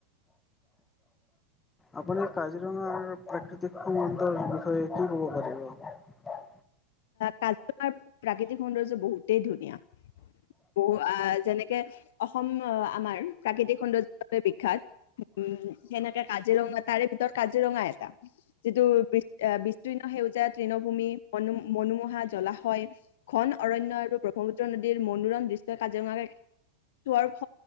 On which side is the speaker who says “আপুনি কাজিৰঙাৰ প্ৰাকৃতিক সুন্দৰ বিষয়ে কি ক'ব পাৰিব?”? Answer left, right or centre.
Left